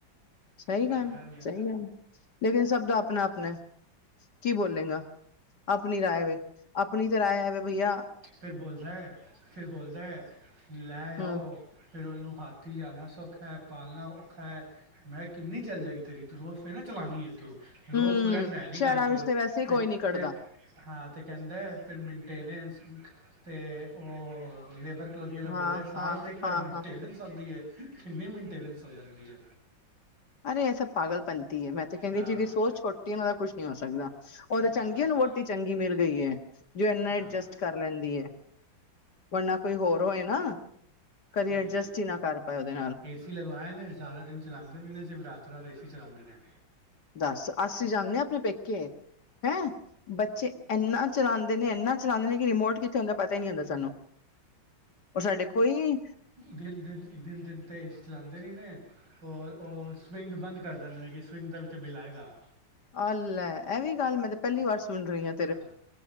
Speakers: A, on the left; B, on the right.
A: ਸਈ
B: ਸਹੀ
A: ਗੱਲ,
B: ਹੈ
A: ਸਈ ਗੱਲ। ਲੇਕਿਨ ਸਭ ਦਾ ਅਪਨਾ-ਅਪਨਾ। ਕੀ ਬੋਲੇਂਗਾ, ਅਪਨੀ ਰਾਏ ਵੇ ਅਪਨੀ ਤਾਂ ਰਾਏ ਐ ਵੇ ਭਈਆ
B: ਫੇਰ ਬੋਲਦੈ, ਫੇਰ ਬੋਲਦੈ, ਲੈ ਆਓ।
A: ਹੂੰ
B: ਫੇਰ ਓਨੂੰ ਹਾਥੀ ਲਿਆਣਾ ਸੌਖੈ, ਪਾਲਣਾ ਔਖੈ। ਮੈਂ ਕਿੰਨੀ ਚੱਲ ਜੇਗੀ ਤੇਰੀ ਤੂੰ ਰੋਜ਼ ਤੇ ਨਾ ਚਲਾਨੀ ਐ, ਤੂੰ ਰੋਜ
A: ਹੂੰ
B: ਤੂੰ ਰੈਂਦਾ ਹੈ ਨੀ ਕਾਨਪੁਰ।
A: ਸ਼ਹਿਰਾਂ ਵਿੱਚ ਤੇ ਵੈਸੇ ਹੀ
B: ਤੇ
A: ਕੋਈ ਨੀ ਕੱਢਦਾ
B: ਤੇ ਹਾਂ, ਤੇ ਕੈਂਦਾ ਫੇਰ ਮੇਨਟੇਨੈਂਸ ਤੇ ਓ ਲੇਬਰ ਬੋਲਦਾ
A: ਹਾਂ
B: ਸਾਲ
A: ਹਾਂ
B: ਤੇ ਏਕ ਵਾਰ
A: ਹਾਂ
B: ਮੇਨਟਨੈਂਸ
A: ਹਾਂ
B: ਹੁੰਦੀ ਐ, ਕਿੰਨੀ ਮੇਨਟੇਨੈਂਸ ਹੋ ਜਾਂਦੀ ਏ?
A: ਅਰੇ ਐ ਸਭ ਪਾਗਲਪੰਤੀ ਏ, ਮੈਂ ਤੇ ਕੈਂਦੀ
B: ਹਾਂ
A: ਜੀਦੀ ਸੋਚ ਛੋਟੀ ਏ, ਓਦਾ ਕੁੱਛ ਨੀਂ ਹੋ ਸਕਦਾ। ਓ ਤੇ
B: ਹਾਂ
A: ਚੰਗੀ ਏ, ਓਨੂੰ ਵੋਟੀ ਚੰਗੀ ਮਿਲ ਗਈ ਏ, ਜੋ ਏਨਾ
B: ਹਾਂ
A: ਐਡਜਸਟ ਕਰ ਲੈਂਦੀ ਐ ਬਰਨਾ ਕੋਈ ਹੋਰ ਹੋਏ ਨਾ ਕਦੇ
B: ਹੂੰ
A: ਐਡਜਸਟ ਹੀ ਨਾ ਕਰ ਪਾਏ ਓਦੇ ਨਾਲ
B: ਏਸੀ ਲਗਵਾਏ ਨੇ ਸਾਰਾ ਦਿਨ ਚਲਾਦੇ ਨੇ ਸਿਰਫ ਰਾਤ ਰਾਤ ਏ ਸੀ ਚਲਾਦੇ ਨੇਆ
A: ਦੱਸ ਅਸੀਂ ਜਾਂਨੇ ਆ ਆਪਣੇ ਪੇਕੇ। ਹੈਂ, ਬੱਚੇ ਏਨਾ ਚਲਾਂਦੇ ਨੇ, ਏਨਾ ਚਲਾਂਦੇ ਨੇ ਕਿ ਰਿਮੋਟ ਕਿੱਥੇ ਹੁੰਦਾ ਪਤਾ ਈ ਨੀ ਹੁੰਦਾ ਸਾਨੂੰ, ਪਰ ਸਾਡੇ ਕੋਈ
B: ਦਿਨ-ਦਿਨ, ਦਿਨ-ਦਿਨ ਤੇ ਏਸੀ ਚਲਾਦੇ ਰੈਨੇ ਐ ਓ ਸਵਿੰਗ ਬੰਦ ਕਰ ਦਿੰਦੇ ਨੇ ਕਿ ਸਵਿੰਗ ਦਾ ਵੀ ਤੇ ਬਿੱਲ ਆਏਗਾ।
A: ਆ ਲੈ ਐ ਵੀ ਗੱਲ ਮੈਂ ਤੇ ਪੈਲੀ ਵਾਰ ਸੁਣ ਰਈ ਆਂ।
B: ਆਹ